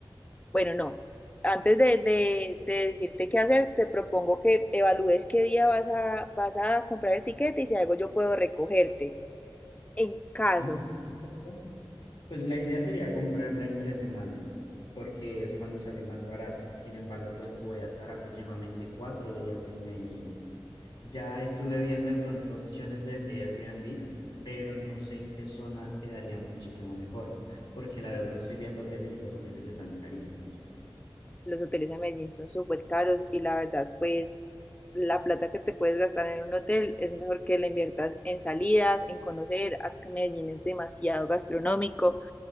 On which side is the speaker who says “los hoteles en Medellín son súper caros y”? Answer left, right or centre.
Left